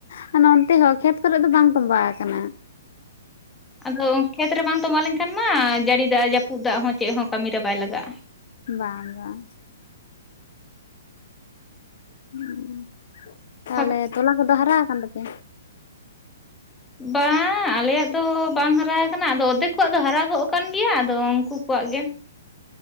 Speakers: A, on the left; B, in the centre.
A: ᱢᱟᱱᱮ ᱚᱱᱛᱮ ᱦᱚᱸ ᱠᱷᱮᱛ ᱠᱚᱨᱮ ᱫᱚ ᱵᱟᱝ ᱛᱚᱸᱵᱟ ᱟᱠᱟᱱᱟ
B: ᱟᱫᱚ ᱠᱷᱮᱛ ᱨᱮ ᱵᱟᱝ ᱛᱚᱸᱵᱟ ᱞᱮᱱᱠᱷᱟᱱ ᱢᱟ ᱡᱟᱹᱲᱤ ᱫᱟᱜ ᱡᱟᱹᱯᱩᱫ ᱫᱟᱜ ᱦᱚᱸ ᱪᱮᱫ ᱦᱚᱸ ᱠᱟᱹᱢᱤ ᱨᱮ ᱵᱟᱭ ᱞᱟᱜᱟᱜᱼᱟ
A: ᱵᱟᱝ ᱵᱟᱝ ᱦᱩᱸ ᱛᱟᱦᱞᱮ
B: ᱯᱷᱟᱸᱠᱟ
A: ᱛᱚᱞᱟ ᱠᱚᱫᱚ ᱦᱟᱨᱟᱣ ᱠᱟᱱ ᱛᱟᱯᱮᱭᱟ
B: ᱵᱟᱝ ᱟᱞᱮᱭᱟᱜ ᱫᱚ ᱵᱟᱝ ᱦᱟᱨᱟᱣ ᱟᱠᱟᱱᱟ ᱟᱫᱚ ᱚᱫᱫᱷᱮᱠ ᱠᱚᱣᱟᱜ ᱫᱚ ᱦᱟᱨᱟ ᱜᱚᱜ ᱟᱠᱟᱱ ᱜᱮᱭᱟ ᱟᱫᱚ ᱩᱱᱠᱩ ᱠᱚᱣᱟᱜ ᱜᱮ